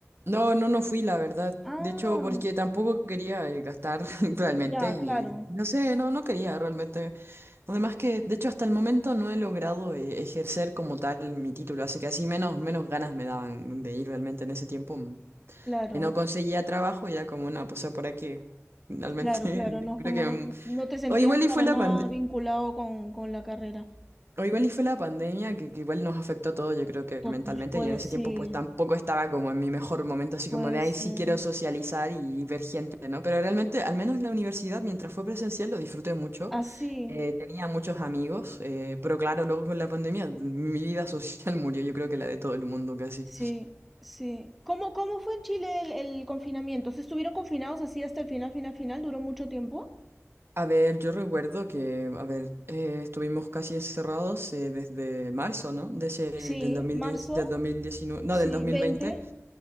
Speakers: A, on the right; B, in the centre.
A: No, no, no fui, la verdad.
B: Ah,
A: De hecho, porque tampoco quería eh, gastar <laughs> realmente
B: ya,
A: y
B: claro,
A: no sé, no, no quería realmente. Además que, de hecho, hasta el momento no he logrado eh, ejercer como tal mi título, así que así menos, menos ganas me daban de ir realmente en ese tiempo. mm,
B: claro,
A: eh, no conseguía trabajo, ya como, no, pues por aquí, realmente,
B: claro, claro,
A: <laughs>
B: no,
A: creo
B: como
A: que...
B: no,
A: mm,
B: no te sentías
A: O igual y
B: para
A: fue la
B: nada
A: pandemia,
B: vinculado con, con la carrera.
A: o igual y fue la pandemia que, que igual nos afectó a todos, yo creo que
B: To-
A: mentalmente,
B: Pues
A: y en ese tiempo
B: sí,
A: pues tampoco estaba como en mi mejor momento, así
B: puede
A: como de ahí
B: ser.
A: sí quiero socializar y ver gente, ¿no? Pero realmente, al menos la universidad, mientras fue presencial, lo disfruté mucho.
B: Así,
A: Eh, tenía muchos amigos, eh, pero claro, luego con la pandemia mi vida social <laughs> murió, yo creo que la de todo el mundo casi.
B: sí, sí. ¿Cómo, cómo fue en Chile el, el confinamiento? ¿Se estuvieron confinados así hasta el final, final, final? ¿Duró mucho tiempo?
A: A ver, yo recuerdo que, a ver, eh, estuvimos casi encerrados eh, desde marzo, ¿no? De ese-
B: Sí,
A: del 2010,
B: marzo,
A: del 2019, no,
B: sí,
A: del 2020.
B: veinte